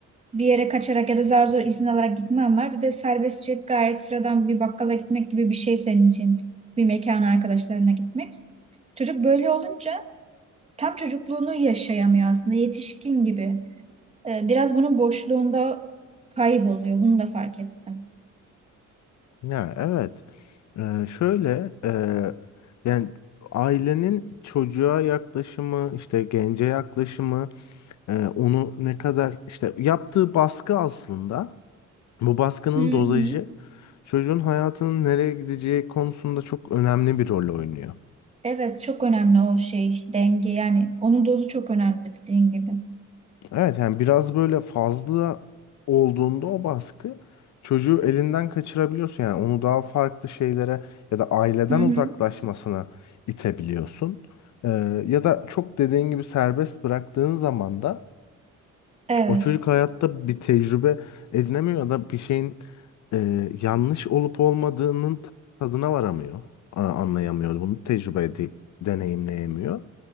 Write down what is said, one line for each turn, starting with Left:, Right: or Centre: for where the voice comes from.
Right: bir yere kaçarak ya da zar zor izin alarak gitmem var. Bir de serbestçe gayet sıradan bir bakkala gitmek gibi bir şey senin için. Bir mekana arkadaşlarına gitmek. Çocuk böyle olunca tam çocukluğunu yaşayamıyor aslında yetişkin gibi. Ee, biraz bunun boşluğunda kayboluyor. Bunu da fark ettim.
Left: Ya evet. Ee, şöyle e, yani ailenin çocuğa yaklaşımı işte gence yaklaşımı e, onu ne kadar işte yaptığı baskı aslında Bu baskının
Right: Hı
Left: dozajı
Right: hı.
Left: çocuğun hayatının nereye gideceği konusunda çok önemli bir rol oynuyor.
Right: Evet çok önemli o şey denge yani onun dozu çok önemli dediğin gibi.
Left: Evet yani biraz böyle fazla olduğunda o baskı çocuğu elinden kaçırabiliyorsun. Yani onu daha farklı şeylere ya da aileden
Right: Hı hı.
Left: uzaklaşmasına itebiliyorsun. Ee, ya da çok dediğin gibi serbest bıraktığın zaman da
Right: Evet,
Left: O çocuk hayatta bir tecrübe edinemiyor ya da bir şeyin e, yanlış olup olmadığının tadına varamıyor. A- Anlayamıyor. Bunu tecrübe edip deneyimleyemiyor.